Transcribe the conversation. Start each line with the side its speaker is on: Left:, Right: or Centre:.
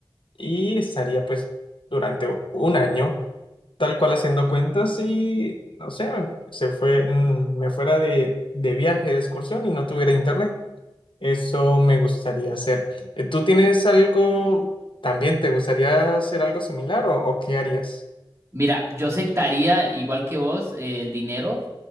Left: y estaría pues durante u- un año tal cual haciendo cuentas y no sé, se fue, mm, me fuera de, de viaje, de excursión y no tuviera internet. Eso me gustaría hacer. Eh, ¿Tú tienes algo, también te gustaría hacer algo similar o o qué harías?
Right: Mira, yo aceptaría, igual que vos, eh, el dinero